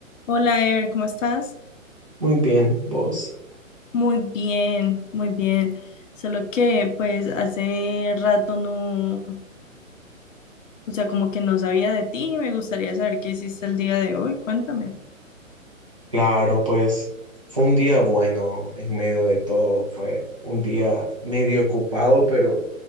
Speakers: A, on the left; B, on the right.
A: Hola, Ever, ¿cómo estás?
B: Muy bien, vos.
A: Muy bien, muy bien. Solo que pues hace rato no, o sea, como que no sabía de ti y me gustaría saber qué hiciste el día de hoy. Cuéntame.
B: Claro, pues fue un día bueno en medio de todo. Fue un día medio ocupado, pero